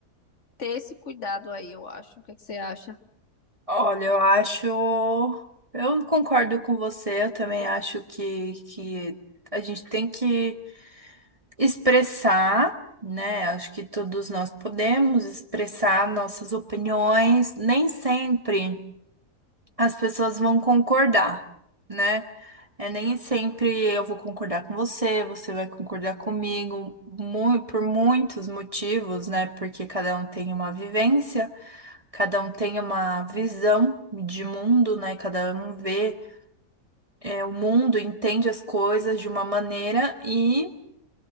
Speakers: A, on the left; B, on the right.
A: ter esse cuidado aí, eu acho. O que é que você acha?
B: Olha, eu acho. Eu concordo com você, eu também acho que, que a gente tem que expressar, né? Acho que todos nós podemos expressar nossas opiniões, nem sempre as pessoas vão concordar, né? É, nem sempre eu vou concordar com você, você vai concordar comigo, mu- por muitos motivos, né? Porque cada um tem uma vivência, cada um tem uma visão de mundo, né? Cada um vê, é, o mundo, entende as coisas de uma maneira e